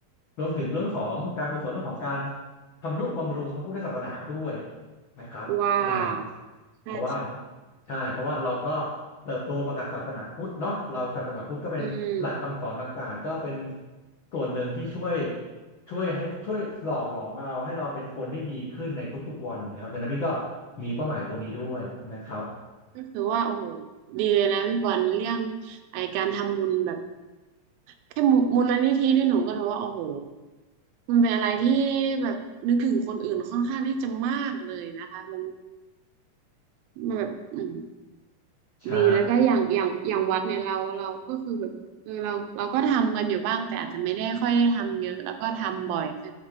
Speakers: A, on the left; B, on the right.
A: รวมถึงเรื่องของการกุศลเรื่องของการทำนุบำรุงพระพุทธศาสนาด้วยนะครับอ่า
B: ว้าวใช่ใช่
A: เพราะว่าใช่เพราะว่าเราก็เติบโตมากับศาสนาพุทธเนาะเราศาสนาพุทธก็เป็นหลักคำสอนต่างๆก็เป็น
B: อืม
A: ส่วนหนึ่งที่ช่วย ช่วยให้ช่วยหล่อหลอมเราให้เราเป็นคนที่ดีขึ้นในทุกๆวันนะครับดังนั้นพี่ก็มีเป้าหมายตรงนี้ด้วยนะครับ
B: ก็คือว่าโอ้โหดีเลยนะพี่บอลเรื่องไอการทำบุญแบบแค่มูมูลนิธินี่หนูก็ถือว่าโอ้โหมันเป็นอะไรที่แบบนึกถึงคนอื่นค่อนข้างที่จะมากเลยนะคะมันมันแบบอืม
A: ใช่
B: ดีแล้วก็อย่างอย่างอย่างวัดเนี่ยเราเราก็คือแบบเออเราเราก็ทำกันอยู่บ้างแต่อาจจะไม่ได้ค่อยได้ทำเยอะแล้วก็ทำบ่อยใช่